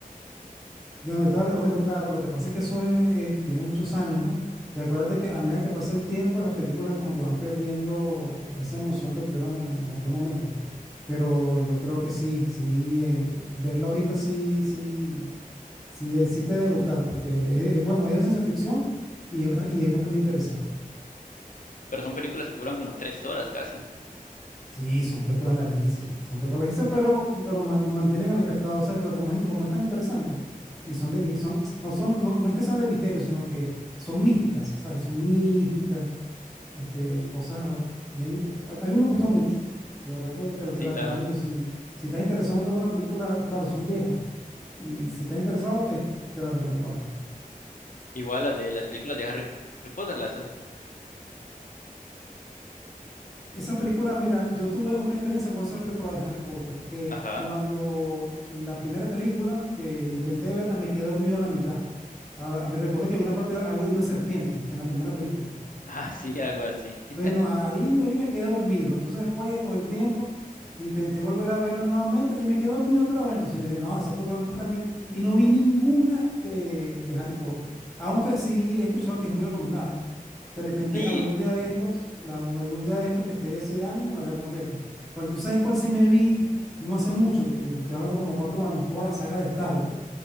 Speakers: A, in the centre; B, on the left.
A: Yo, no, yo te la recomiendo, claro, lo que pasa es que eso es- es- tiene muchos años, ¿no? Y acuérdate que a medida que pasa el tiempo, las películas como que van perdiendo esa emoción que tuvieron en, en aquel momento. Pero yo creo que sí, sí, eh, verla ahorita sí, sí, sí, eh, sí te debe gustar, porque es, es- bueno, es de ciencia ficción y es- y es bastante interesante.
B: pero son películas que duran como tres horas casi.
A: Sí, son películas larguísimas, son películas larguísimas, pero, pero man- mantienen al espectador, ¿sabes? Porque como es, como es tan interesante, y son de mi- son, no, son, no, no es que sean de misterio, sino que son místicas, ¿sabes? Son místicas, este, cosas bien, a, a mí me gustó mucho, de verdad que te, la
B: Sí,
A: te la
B: claro.
A: recomiendo, si, si estás interesado en ver una película, claro, son viejas, y si estás interesado, eh, te la recomiendo bastante.
B: Igual las de las películas de Harry Potter, las...
A: Esa película, mira, yo tuve una experiencia con esa película de Harry Potter, que
B: Ajá.
A: cuando
B: <laughs>
A: la primera película que intenté verla, me quedé dormido a la mitad. A- a- me recuerdo que había una parte, algo de una serpiente en la primera película.
B: Ah, sí, algo así. <laughs>
A: Bueno, ahí, ahí me quedé dormido. Entonces después, con el tiempo, intenté volver a verla nuevamente y me quedé dormido otra vez. Entonces yo dije, no, esa película no es para mí. Y no vi ninguna de, de Harry Potter. Aunque sí he escuchado que es muy recomendada. ¿no? De repente,
B: Sí.
A: algún día de estos, la- algún día de estos que esté así de ánimo, la veo completa. Porque tú sabes cuál sí me vi no hace mucho, que te estoy hablando como cuatro años, toda la saga de Star Wars.